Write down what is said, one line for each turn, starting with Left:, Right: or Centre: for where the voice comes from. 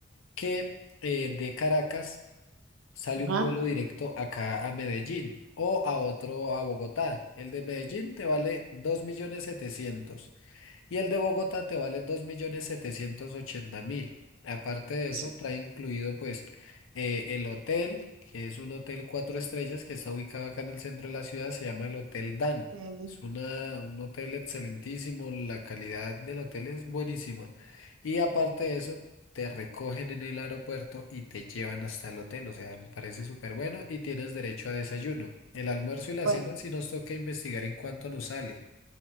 Left: que eh, de Caracas sale
Right: Ajá.
Left: un vuelo directo acá a Medellín o a otro a Bogotá. El de Medellín te vale 2.700.000 y el de Bogotá te vale 2.780.000. Aparte de eso,
Right: sí,
Left: trae incluido pues eh, el hotel, que es un hotel cuatro estrellas que está ubicado acá en el centro de la ciudad, se llama el Hotel Dan.
Right: eh,
Left: Es una, un hotel excelentísimo, la calidad del hotel es buenísima. Y aparte de eso, te recogen en el aeropuerto y te llevan hasta el hotel, o sea, me parece súper bueno y tienes derecho a desayuno. El almuerzo y
Right: bueno.
Left: la cena si nos toca investigar en cuánto nos sale.